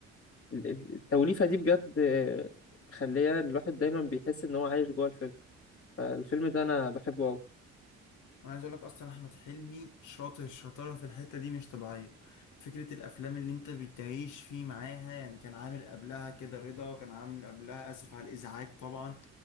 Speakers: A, on the left; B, on the left.
A: والتوليفه دي بجد آه، مخليه الواحد دايما بيحس ان هو عايش جوه الفيلم فالفيلم ده انا بحبه قوي
B: انا عايز اقول لك اصلا احمد حلمي شاطر شطاره في الحته دي مش طبيعيه فكره الافلام اللي انت بتعيش فيه معاها يعني كان عامل قبلها كده رضا وكان عامل قبلها اسف على الازعاج طبعا